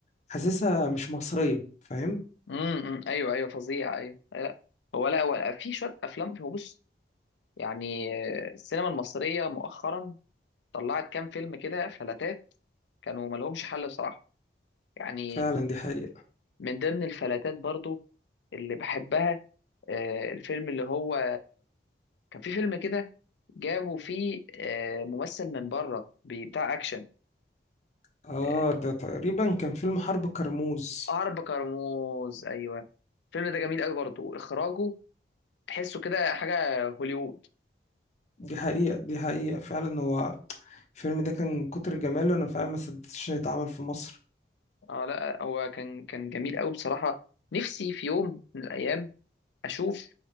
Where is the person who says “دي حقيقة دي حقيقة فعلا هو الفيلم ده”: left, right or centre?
Left